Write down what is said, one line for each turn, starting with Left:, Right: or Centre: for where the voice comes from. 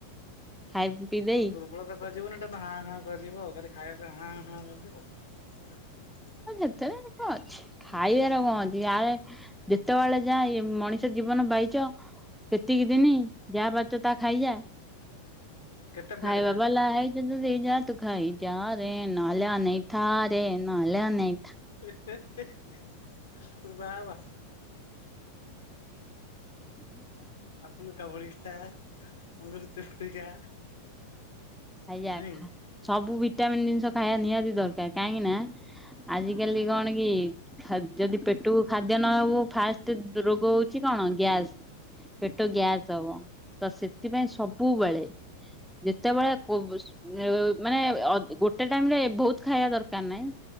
Centre: ଖାଇ ପିଇ ଦେଇ
Left: ଦୁର୍ବଳତା କୁହାଯିବନି ଏଟା ହାଁ ହାଁ କରିିବ ଆଉ ଖାଲି ଖାଇବା ପାଇଁ ହାଁ ହାଁ କରିବା ଆଉ।
Centre: ସେତେରେ କଣ ଅଛି ଖାଇବାର କଣ ଅଛି ଆାରେ ଯେତେବେଳେ ଯାଏ ମଣିଷ ସେ ଜୀବନ ପାଇଚ ସେତିକି ଦିନି ଯାହା ପାରୁଛ ତାହା ଖାଇଯା।
Left: କେତେ ପ୍ଲେଟ୍
Centre: ଖାଇବାବା
Left: ଖାଇଲ?
Centre: ଲ ହେଇ ରେଜା ତୁ ଖାଇ ଯାରେ ନହେଲେ ଅନେଇଥା ରେ ନହେଲେ ଅନେଇ
Left: ହେ ହେ ହେ ବା ବା। ଆପଣ କା ଭଳି <unintelligible> ଖା ଅଙ୍ଗୁର ଚୁସି ଖା।
Centre: ଆଜ୍ଞା
Left: ନାଇଁ
Centre: ସବୁ ଭିଟାମିିନ ଜିନିଷ ଖାଇବା ନିହାତି ଦରକାର। କାହିଁକି ନା ଆଜି
Left: ହୁଁ
Centre: କାଲି କଣ କି ଯଦି ପେଟକୁ ଖା ିନବ ଫାଷ୍ଟ ରୋଗ ହଉଛି କଣ ଗ୍ୟାସ୍ <unintelligible> ପେଟ ଗ୍ୟାସ ହବ ତ ସେଥିପାଇଁ ସବୁବେଳେ ଯେତେବେଳେ ମାନେ ଗୋଟେ ଟାଇମ ରେ ବହୁତ ଖାଇବା ଦରକାର ନାହିଁ।